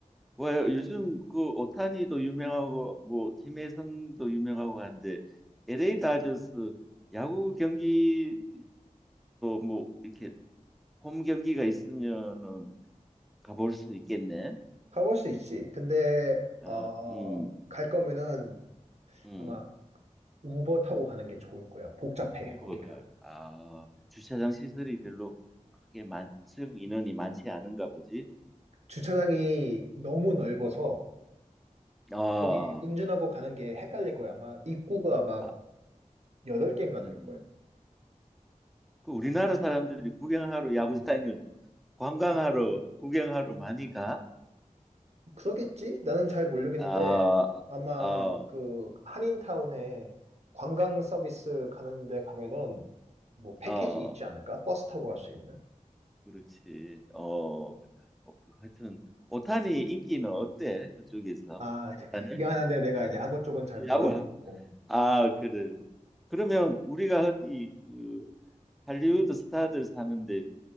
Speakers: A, in the centre; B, on the right.
A: 뭐 요즘 그 오타니도 유명하고 뭐 김혜성도 유명하고 한데 LA 다저스 야구 경기도 뭐 이렇게 홈 경기가 있으면은 가볼 수 있겠네.
B: 가볼 수 있지. 근데,
A: 어,
B: 어,
A: 음,
B: 갈 거면은
A: 음,
B: 아마 우버 타고 가는 게 좋을 거야. 복잡해,
A: 우버가
B: 거기가.
A: 아, 주차장 시설이 별로 크게 많, 수용 인원이 많지 않은가 보지.
B: 주차장이 너무 넓어서,
A: 어,
B: 여기 운전하고 가는 게 헷갈릴 거야. 아마 입구가 막
A: 아,
B: 여덟 개인가
A: 음,
B: 될걸?
A: 그 우리나라 사람들이 구경하러 야구장을 관광하러 구경하러 많이 가.
B: 그러겠지? 나는 잘 모르겠는데,
A: 아,
B: 아마
A: 아,
B: 그 한인타운에 관광 서비스 가는데 가면은 뭐 패키지
A: 어,
B: 있지 않을까? 버스 타고 갈 수 있는?
A: 그렇지. 어, 어, 그 하여튼 오타니 인기는 어때? 그쪽에서
B: 아, <laughs>
A: 대단해?
B: 미안한데 내가 야구 쪽은 잘 몰랐고.
A: 야구. 아, 그래. 그러면 우리가 흔히 그 할리우드 스타들 사는데